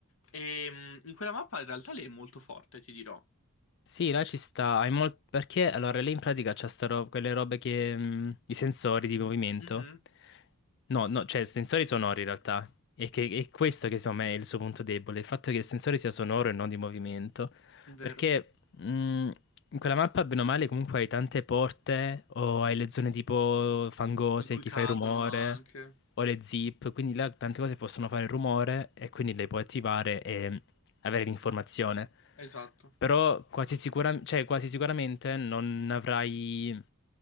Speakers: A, on the left; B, on the left.
A: E, mm, in quella mappa in realtà lei è molto forte, ti dirò.
B: Sì, là ci sta, hai mol- perché allora lei in pratica c'ha sta ro- quelle robe che mh, i sensori di movimento.
A: Mhm,
B: No, no, cioè sensori sonori in realtà. E che è questo che secondo me è il suo punto debole, il fatto che il sensore sia sonoro e non di movimento.
A: è vero.
B: Perché mh, in quella mappa, bene o male, comunque hai tante porte o hai le zone tipo fangose,
A: In cui
B: chi
A: cadono
B: fa il rumore,
A: anche.
B: o le zip, quindi là tante cose possono fare il rumore e quindi le puoi attivare e avere l'informazione.
A: Esatto,
B: Però quasi sicura- cioè, quasi sicuramente non avrai